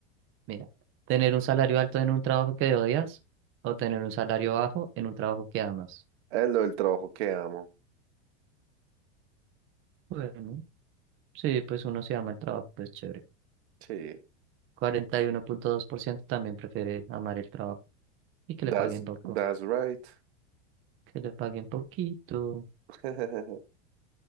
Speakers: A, on the right (about 40°); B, on the right (about 70°).
A: Mira, tener un salario alto en un trabajo que odias o tener un salario bajo en un trabajo que amas.
B: Es lo del trabajo que amo.
A: Bueno, sí, pues uno se ama el trabajo, pues chévere.
B: Sí.
A: cuarenta y uno punto dos por ciento también prefiere amar el trabajo y que
B: That's,
A: le paguen poco,
B: that's right.
A: que le paguen poquito.
B: <laughs>